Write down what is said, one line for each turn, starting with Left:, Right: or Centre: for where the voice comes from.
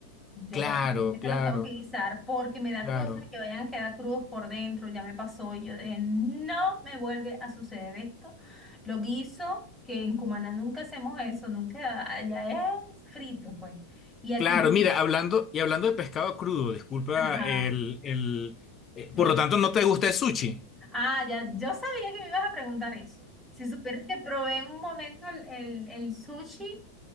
Centre: Yo
Left: Claro,
Centre: particularmente
Left: claro,
Centre: los tengo que guisar porque me da
Left: claro.
Centre: cosa que vayan a quedar crudos por dentro. Ya me pasó y yo de, no me vuelve a suceder esto. Lo guiso, que en Cumaná nunca hacemos eso, nunca, allá es frito, pues. Y aquí
Left: Claro,
Centre: yo,
Left: mira, hablando y hablando de pescado crudo, disculpa
Centre: ajá,
Left: el, el eh,
Centre: dime.
Left: por lo tanto, ¿no te gusta el sushi?
Centre: Ah, ya, yo sabía que me ibas a preguntar eso. Si supieras que probé en un momento el, el el sushi.